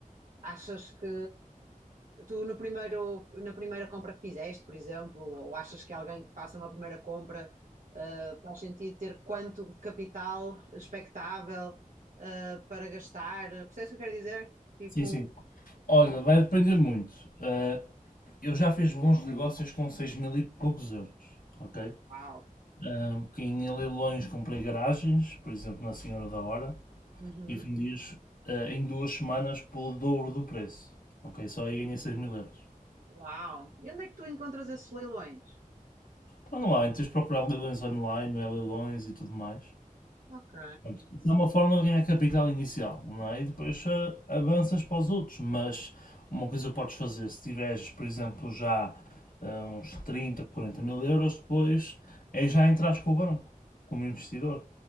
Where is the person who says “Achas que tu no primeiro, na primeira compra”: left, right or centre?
Right